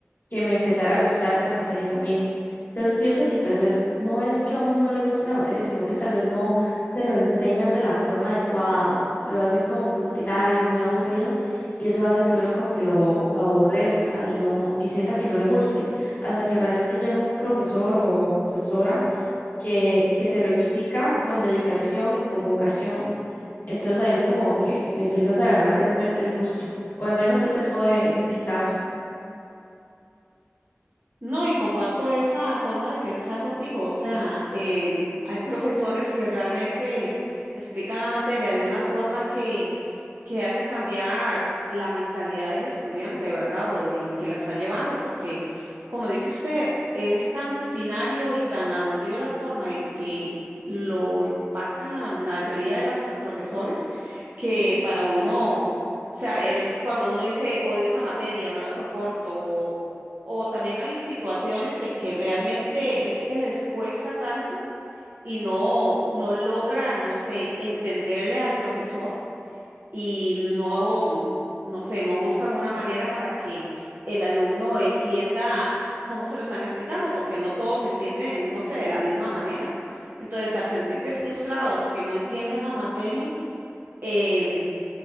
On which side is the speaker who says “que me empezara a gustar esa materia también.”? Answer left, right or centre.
Left